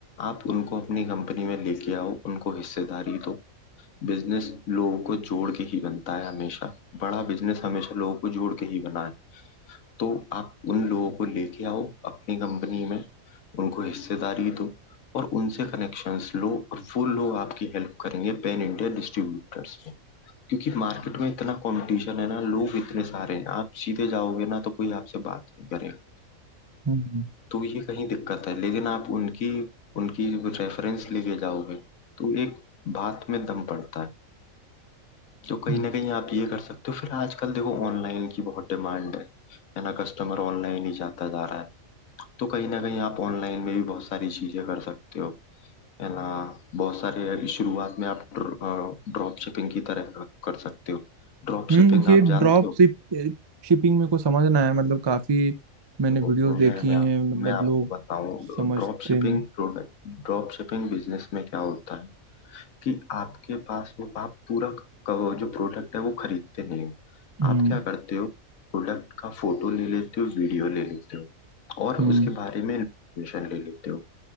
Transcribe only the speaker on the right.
हम्म
हम्म,
हम्म,
ये
ड्रॉप
शिपिंग मेरे को समझना है मतलब काफी मैंने
वीडियोस देखी
हैं मतलब
लोग
समझते
नहीं
हम्म
हम्म